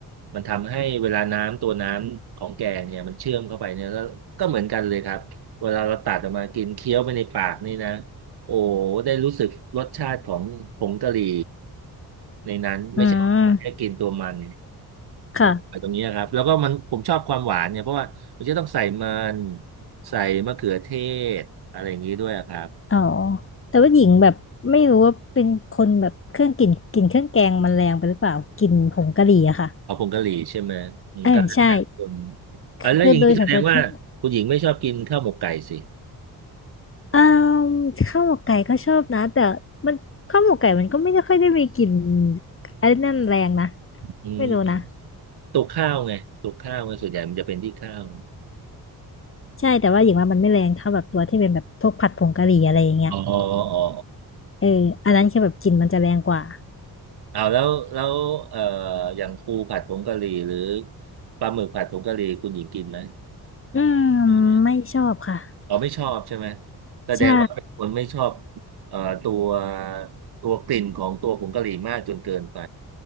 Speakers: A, on the right; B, on the left.
A: มันทำให้เวลาน้ำตัวน้ำของแกงเนี่ยมันเชื่อมเข้าไปเนี่ยก็ก็เหมือนกันเลยครับเวลาเราตัดออกมากินเคี้ยวไปในปากนี่นะโอ้ได้รู้สึกรสชาติของผงกะหรี่ในนั้นไม่ใช่แค่กินตัวมัน
B: อืมค่ะ
A: นะไปตรงนี้นะครับแล้วก็มันผมชอบความหวานเนี่ยเพราะว่ามันจะต้องใส่มันใส่มะเขือเทศอะไรอย่างนี้ด้วยอะครับ
B: อ๋อแต่ว่าหญิงแบบไม่รู้ว่าเป็นคนแบบเครื่องกลิ่นกลิ่นเครื่องแกงมันแรงไปหรือเปล่ากลิ่นผงกะหรี่อะค่ะ
A: เอาผงกะหรี่ใช่ไหมอืมก็แล้วแต่คน
B: อ่าใช่
A: อ่ะแล้วอย่างนี้แสดงว่าคุณหญิงไม่ชอบกินข้าวหมกไก่สิ
B: คือโดยส่วนตัวที่อ่าข้าวหมกไก่ก็ชอบนะแต่มันข้าวหมกไก่มันก็ไม่ได้ค่อยได้มีกลิ่นอะไรนั่นแรงนะ
A: อื
B: ไม่รู้นะ
A: ม ตุกข้าวไงตุกข้าวไงส่วนใหญ่มันจะเป็นที่ข้าว
B: ใช่แต่ว่าอย่างว่ามันไม่แรงเท่าแบบตัวที่เป็นแบบพวกผัดผงกะหรี่อะไรอย่างเงี้ย
A: อ๋ออ๋ออ๋อ
B: เอออันนั้นคือแบบกลิ่นมันจะแรงกว่า
A: เอาแล้วแล้วเอ่ออย่างปูผัดผงกะหรี่หรือปลาหมึกผัดผงกะหรี่คุณหญิงกินไหม
B: อืม
A: อย่างเงี้ย
B: ไม่ชอบค่ะ
A: อ๋อไม่ชอบใช่ไหมแสดงว่าเป็นคนไม่ชอบ
B: ใช่
A: เอ่อตัวตัวกลิ่นของตัวผงกะหรี่มากจนเกินไป